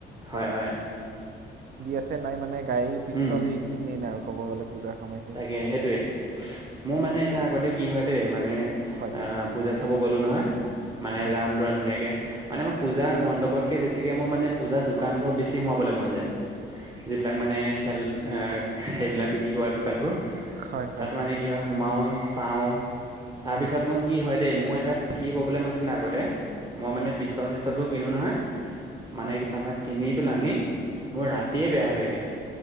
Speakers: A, on the right; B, on the right.
A: হয়, হয়।
B: আছে নাই মানে গাড়ীৰ পিষ্টল
A: উম,
B: সেইখিনি মেইন আৰু ক'ব গ'লে। পূজাৰ সময়খিনিত
A: তাকে সেইটোয়ে মোৰ মানে এটা আগতে কি হয় দেই মানে
B: হয়
A: অ', পূজা চা খাব গ'লো নহয়, মানে
B: হয়
A: যাম পুৰা ধুনীয়াকে মানে মই পূজা মণ্ডপতকে বেছিকে মই মানে পূজা দোকানবোৰত বেছি সোমাবলৈ মন যায়। যিবিলাক মানে খেল সেইবিলাক বিক্ৰী কৰা দোকানবোৰ।
B: হয় হয়
A: তাত মানে কি হয়, সোমাও চাওঁ তাৰপিছত
B: হয়
A: মই কি হয় দেই মোৰ এটা কি প্ৰব্লেম আছিলে আগতে, মই
B: হয়
A: মানে পিষ্টল-চিষ্টল বোৰ কিনো নহয় মানে,
B: হয়
A: তাৰপা কিনি পেলাই আনি মোৰ ৰাতিয়ে বেয়া হৈ থাকে।